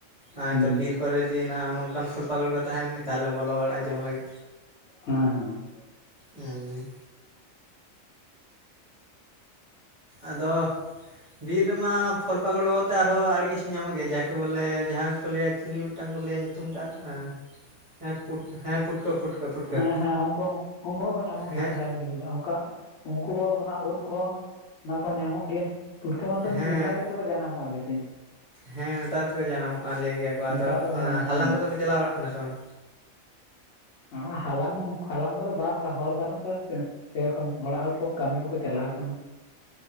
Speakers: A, on the right; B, on the left.
A: ᱟ
B: ᱦᱩᱸ
A: ᱫᱚ
B: ᱦᱮᱸ
A: ᱵᱤᱨ ᱠᱚᱨᱮ ᱫᱤ ᱱᱟ ᱱᱚᱝᱠᱟᱱ ᱯᱷᱚᱞ, ᱯᱟᱠᱚᱲ ᱠᱚ ᱛᱟᱦᱮᱱ, ᱱᱤ ᱛᱟᱞᱮ ᱵᱚᱞᱚ ᱵᱟᱲᱟᱜ ᱡᱚᱢ ᱞᱟᱹᱜᱤᱫ᱾
B: ᱦᱟᱸ, ᱦᱟᱸ᱾
A: ᱩᱸ᱾ ᱟᱸᱫᱚ ᱵᱤᱨ ᱨᱮᱢᱟ ᱯᱷᱚᱞ, ᱯᱟᱠᱚᱲ ᱵᱟᱵᱚᱛ ᱛᱮ ᱟᱨᱦᱚ ᱟᱹᱲᱤ ᱠᱤᱪᱷᱩ ᱧᱟᱢᱚᱜ ᱜᱮᱭᱟ᱾ ᱡᱟ ᱠᱮ ᱵᱚᱞᱮ ᱡᱟᱸᱦᱟ ᱠᱚ ᱞᱟᱹᱭᱟ ᱪᱤᱞᱤ ᱢᱤᱫ- -ᱴᱟᱝ ᱠᱚ ᱞᱟᱹᱭᱟ ᱧᱩᱛᱩᱢᱴᱟᱜ ᱟᱸ ᱦᱮᱸ, ᱦᱮᱸ ᱯᱩᱴ, ᱯᱩᱴᱠᱟᱹ ᱯᱩᱴᱠᱟᱹ
B: ᱦᱮᱸ-ᱦᱮᱸ, ᱩᱝᱠᱩ, ᱩᱝᱠᱩ ᱦᱚᱸᱠᱚ ᱧᱟᱢᱚᱜ ᱜᱮᱭᱟ
A: ᱦᱮᱸ
B: ᱡᱷᱟᱸ ᱵᱤᱱ ᱞᱟᱹᱭᱫᱟ ᱚᱝᱠᱟ ᱩᱝᱠᱩ ᱦᱚᱸ, ᱚᱱᱟ ᱩᱫ ᱠᱚ, ᱚᱱᱟ ᱠᱚ ᱧᱟᱢᱚᱜ ᱜᱮᱭᱟ᱾ ᱯᱩᱴᱠᱟᱹ ᱢᱟᱛᱚᱱ
A: ᱦᱮᱸ
B: ᱱᱮᱛᱟᱨ ᱜᱮᱛᱚ ᱠᱚ ᱡᱟᱱᱟᱢᱚᱜᱼᱟ ᱵᱮᱥᱤ᱾
A: ᱦᱮᱸ, ᱱᱮᱛᱟᱛ ᱠᱚ ᱡᱟᱱᱟᱢᱚᱜᱼᱟ ᱞᱟᱹᱭ ᱜᱮᱭᱟ ᱠᱚ
B: ᱱᱮᱛᱟᱨ
A: ᱟᱫᱚ
B: ᱡᱟᱱᱟᱢᱚᱜᱼᱟ
A: ᱟᱸ ᱦᱟᱞᱟᱝ
B: ᱦᱚᱸ
A: ᱠᱚᱫᱚ ᱠᱚ ᱪᱟᱞᱟᱣ ᱵᱟᱲᱟᱜ ᱠᱟᱱᱟ ᱥᱮ ᱵᱟᱝ?
B: ᱚᱸᱻ ᱦᱟᱞᱟᱝ, ᱯᱷᱟᱞᱟᱝ ᱠᱚᱫᱚ ᱵᱟᱝ ᱵᱟ ᱦᱚᱲ ᱵᱟᱱᱩᱜ ᱠᱚᱣᱟ ᱥᱮ᱾ ᱥᱮ ᱠᱚᱢ ᱚᱲᱟᱜ ᱦᱚᱲ ᱠᱚ ᱠᱟᱢᱤ ᱠᱚ-ᱠᱚ ᱪᱟᱞᱟᱣ ᱠᱟᱱᱟ᱾